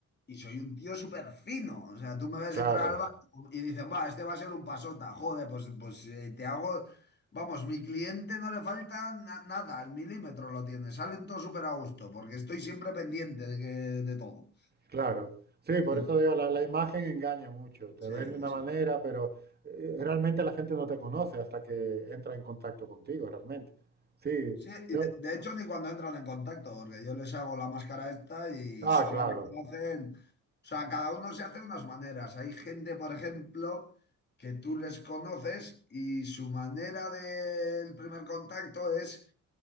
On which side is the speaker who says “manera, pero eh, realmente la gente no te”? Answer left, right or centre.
Right